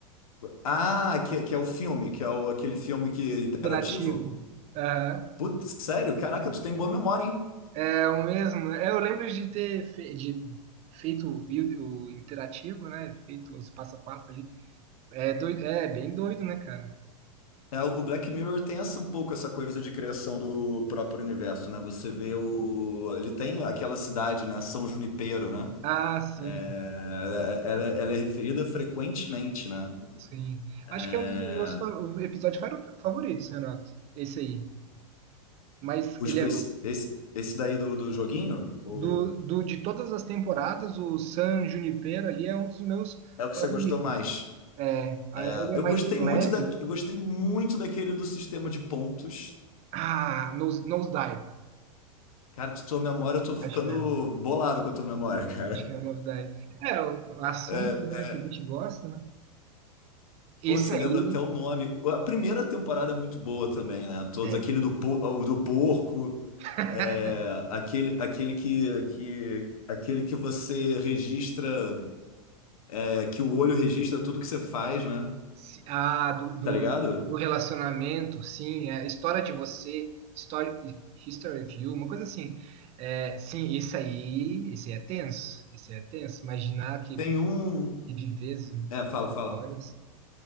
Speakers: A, on the left (about 70°); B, on the right (about 35°).
A: Ah, que, que é o filme, que é o, aquele filme que é interativo?
B: Interativo. Aham.
A: Putz, sério? Caraca, tu tem boa memória, hein?
B: É o mesmo. né? É, eu lembro de ter fe- de feito o vídeo interativo, né? Feito os passo a passo ali. É, doido, é bem doido, né, cara?
A: É, o Black Mirror tem essa, um pouco essa coisa de criação do próprio universo, né? Você vê o... Ele tem aquela cidade, né? São Junipero, né?
B: Ah, sim,
A: É, é, ela, ela é referida frequentemente, né?
B: sim.
A: É,
B: Acho que é um dos meus fa- episódios fa- favoritos, Renato. Esse aí. Mas
A: os,
B: ele
A: pe-
B: é
A: esse, esse daí do, do joguinho, o...
B: Do, do, de todas as temporadas, o San Junipero ali é um dos meus
A: É o que
B: favoritos.
A: você gostou mais.
B: É, a-
A: É,
B: ele
A: Eu
B: é mais
A: gostei
B: leve,
A: muito da,
B: né?
A: eu gostei muito daquele do sistema de pontos,
B: Ah, Nose, Nosedive.
A: Cara, tu, tua memória, eu tô ficando
B: Acho que é.
A: bolado com a tua memória, <laughs> cara.
B: Acho que é o Nosedive. É, o assunto,
A: É,
B: né,
A: é,
B: que a gente gosta, né? Esse
A: pô, você
B: aí,
A: lembra até o nome. A primeira temporada é muito boa também, né? Todos,
B: é.
A: aquele do, po- o do porco,
B: <laughs>
A: é, aquele, aquele que, que, aquele que você registra, é, que o olho registra tudo que você faz, né?
B: Se- Ah, do, do,
A: Tá ligado?
B: do relacionamento, sim, é, história de você, story, history of you, uma coisa assim. É, sim, isso aí, esse é tenso, esse é tenso. Imaginar que
A: Tem um.
B: reviver as
A: É, fala,
B: memórias.
A: fala.